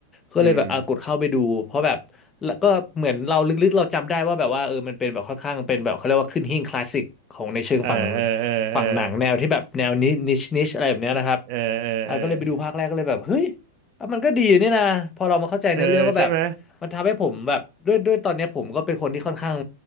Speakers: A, on the left (about 15°); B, on the right (about 40°).
A: ก็เลยแบบอ่ะกดเข้าไปดูเพราะแบบแล้วก็เหมือนเราลึกๆเราจำได้ว่าแบบว่าเออมันเป็นแบบค่อนข้างเป็นแบบเขาเรียกว่าขึ้นหิ้งคลาสสิกของในเชิงฝั่ง
B: อืมเออเออ
A: ฝั่งหนังแนวที่แบบแนวนินิชนิชอะไรแบบเนี้ยนะครับ
B: เออเออเออเออเออ
A: อ่ะก็เลยไปดูภาคแรกก็เลยแบบเฮ้ยอ่ะมันก็ดีนี่นะพอเรามาเข้าใจเนื้อเรื่องก็แบบ
B: เออใช่ไหม
A: มันทำให้ผมแบบด้วยด้วยตอนเนี้ยผมก็เป็นคนที่ค่อนข้าง